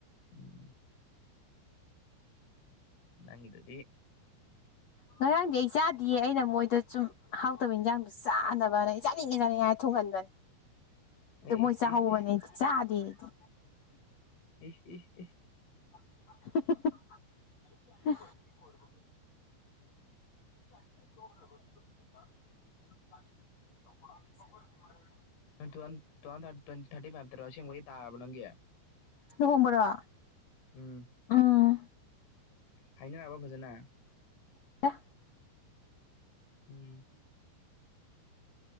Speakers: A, on the left; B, on the left.
A: ꯎꯝ ꯅꯪꯒꯤꯗꯨꯗꯤ
B: ꯉꯔꯥꯡꯗꯤ ꯑꯩ ꯆꯥꯗꯤꯌꯦ ꯑꯩꯅ ꯃꯣꯏꯗ ꯁꯨꯝ ꯑꯍꯥꯎꯇꯕ ꯏꯟꯖꯥꯡꯗꯨ ꯆꯥꯅꯕꯅ ꯆꯥꯅꯤꯡꯉꯦ ꯆꯅꯤꯡꯉꯦ ꯍꯥꯏꯔꯒ ꯊꯣꯡꯍꯟꯕꯅꯦ ꯑꯗꯨ
A: ꯑꯦ
B: ꯃꯣꯏ ꯆꯥꯍꯧꯕꯅꯦ
A: ꯏꯁ ꯏꯁ
B: ꯑꯩꯗꯤ ꯆꯥꯗꯦ ꯑꯩꯗꯤ
A: ꯏꯁ ꯏꯁ ꯏꯁ
B: ꯍꫭ ꯍꫭ ꯍꫭ ꯍ <unintelligible> <unintelligible>
A: ꯑꯥ ꯇꯨꯊꯥꯎ ꯇꯨꯊꯥꯎꯖꯟ ꯊꯔ ꯇꫭꯟ ꯊꯔꯇꯤ ꯐꯥꯏ꯭ꯕꯇꯔꫭ ꯑꯁꯦꯡꯕꯩ ꯇꯥꯔꯕꫭ ꯅꯪꯒꯤ
B: ꯂꯨꯍꯣꯡꯕꯔꯣ
A: ꯎꯝ
B: ꯎꯝ
A: ꯍꯥꯏꯅꯔꯕꫭ ꯐꯖꯅꯥ
B: ꯍ <unintelligible>
A: ꯎꯝ